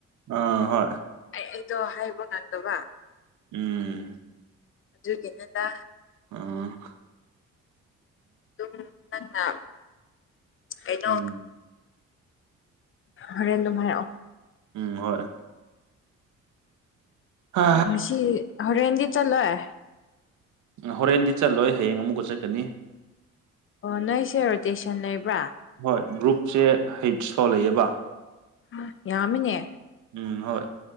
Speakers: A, on the right; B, on the left.
A: ꯑꯥ ꯍꯣꯏ
B: ꯑꯩ ꯑꯩꯗꯣ ꯍꯥꯏꯕ ꯉꯪꯗꯕ
A: ꯎꯝ
B: ꯑꯗꯨꯒꯤꯅꯤꯗ
A: ꯑꯝ
B: ꯑꯗꯨꯝ ꯅꯪꯅ ꯀꯩꯅꯣ
A: ꯎꯝ
B: ꯍꯣꯔꯦꯟ ꯑꯗꯨꯝ ꯍꯥꯏꯔꯛꯑꯣ
A: ꯎꯝ ꯍꯣꯏ ꯍꯥ
B: ꯉꯁꯤ ꯍꯣꯔꯦꯟꯗꯤ ꯆꯠꯂꯣꯏ
A: ꯍꯣꯔꯦꯟꯗꯤ ꯆꯠꯂꯣꯏ ꯍꯌꯦꯡ ꯑꯃꯨꯛꯀ ꯆꯠꯀꯅꯤ
B: ꯑꯣ ꯅꯣꯏꯁꯦ ꯔꯣꯇꯦꯁꯟ ꯂꯩꯕ꯭ꯔꯥ
A: ꯍꯣꯏ ꯒ꯭ꯔꯨꯞꯁꯦ ꯍꯩꯠꯁ ꯐꯥꯎ ꯂꯩꯌꯦꯕ
B: ꯑꯥ ꯌꯥꯝꯃꯤꯅꯦ
A: ꯎꯝ ꯍꯣꯏ